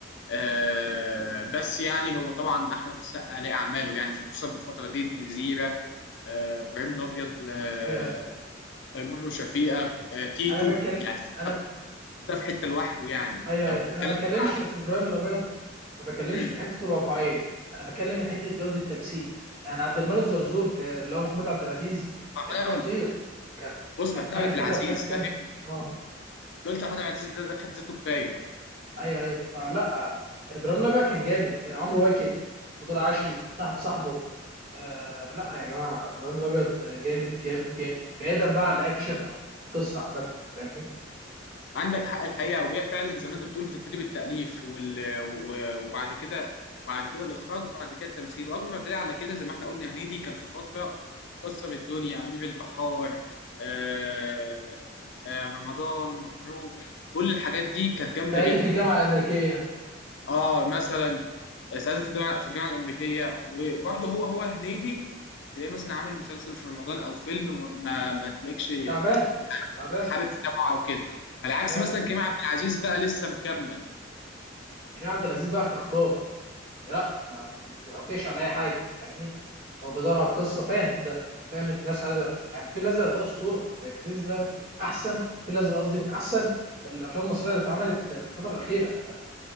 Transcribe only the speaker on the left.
آه، بس يعني هو طبعا احمد السقا ليه اعماله يعني خصوصا في الفتره دي الجزيره آه، ابراهيم الابيض آه،
تيمور وشفيقه آه، تيتو
يعني تيتو
ده
ده في حته لوحده يعني
لو
بتتكلم
بقى على
مم.
محمود
عبد-
بص
محمود
عبد
العزيز
فاهم
قلت محمود عبد العزيز ده ده في حد ذاته كفايه
عندك حق الحقيقة وهي فعلا زي ما انت بتقول بتبتدي بالتأليف وال... و- وبعد كده بعد كده الإخراج وبعد كده التمثيل وأكبر دليل على كده زي ما احنا قلنا هنيدي كان في فترة مكسر الدنيا أمير البحار آه... آه... رمضان مبروك كل الحاجات دي كانت جامدة
جدا
اه مثلا سعيد في الجامعه في الجامعه الامريكيه وبرضه هو هو هنيدي تلاقيه مثلا عامل مسلسل في رمضان او فيلم ما ما تلاقيش يعني
حابب تتابعه او كده على عكس
مثلا كريم عبد العزيز بقى لسه مكمل